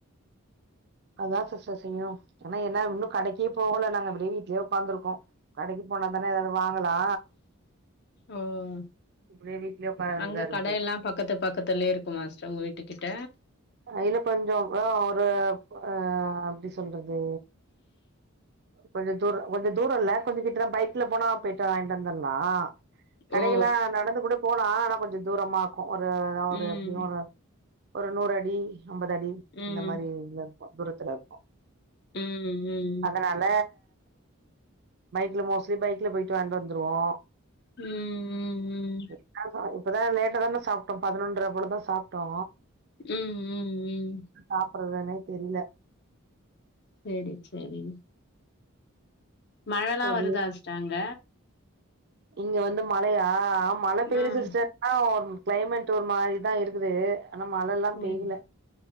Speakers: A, on the right; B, on the left.
A: அதா சிஸ்டர் செய்ணு ஆனா என்ன இன்னு கடைக்கே போகல நாங்க இப்டியே வீட்லே ஒக்காந்துருக்கோ கடைக்கு போனா தான எதாது வாங்கலா
B: ஓ ஓ
A: இப்டியே வீட்லயே உக்கார வேண்டியதா
B: அங்க
A: இருக்குது
B: கடை எல்லா பக்கத்துல பக்கத்துலே இருக் குமா சிஸ் உங்க வீட்டு கிட்ட
A: அ இன்னு கொஞ்சோ ஆ ஒரு அ டி ஸ் எப்டி சொல்றது கொஞ்ச தூரோ கொஞ்ச தூரோ இல்ல கொஞ்ச கிட்டதா பைக்ல போனா போய்ட்டு வாங்கிட்டு வந்துல்லா கடைக்குலா
B: ஓ
A: நடந்து கூட போலா ஆனா கொஞ்ச தூரமா இருக்கு ஒரு அது ஒரு
B: ம்
A: எப்டியு ஒரு ஒரு நூறு அடி அம்பதடி
B: ம்
A: இந்த மாரில இருக்கு தூரத்துல இருக்கு
B: ம் ம்
A: அதுனால பைக்ல மோஸ்ட்லி பைக்ல போயிட்டு வாங்கிட்டு வந்துருவோ
B: ம் ம்
A: என்னா இப்ப இப்பதா லேட்டா தான சாப்ட்டோ பதினொன்ற போலதா சாப்டோ
B: ம் ம் ம்
A: சாப்பட்றதுனே தெரில
B: சேரி சேரி மழல்லா
A: ஒரு
B: வருதா சிஸ்டர் அங்க
A: இங்க வந்து மழையா அ மழ
B: ம்
A: பெய்யுல சிஸ்டர் ஆ ஒரு கிளைமேட் ஒரு மாரிதா இருக்குது ஆனா மழல்லா
B: ம்
A: பெய்யல